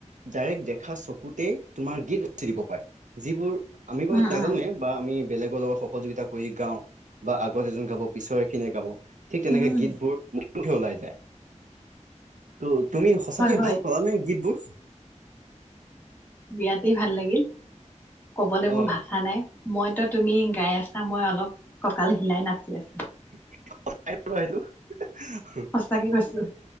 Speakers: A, on the right (about 80°); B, on the left (about 15°).
A: ডাইৰেক্ট দেখা চকুতেই তোমাৰ গীত ৰচি দিব পাৰে যিবোৰ আমি বাৰু
B: উম
A: নাজানোয়ে
B: উম
A: বা আমি বেলেগৰ লগত সহযোগিতা কৰি গাওঁ বা আগত এজন গাব পিছৰ এখিনিয়ে গাব ঠিক তেনেকে
B: উম উম
A: গীতবোৰ মুখে মুখে ওলাই যায়। ত তুমি সঁচাকে
B: হয় হয়।
A: ভাল পালা নে গীতবোৰ
B: বিৰাতেই ভাল লাগিল কবলে মোৰ
A: অ
B: ভাষা নাই মইতো তুমি গাই আছা মই অলপ কঁকাল হিলাই নাচি আছো
A: <unintelligible> সচাই নে বাৰু সেইটো
B: সঁচাকে কৈছো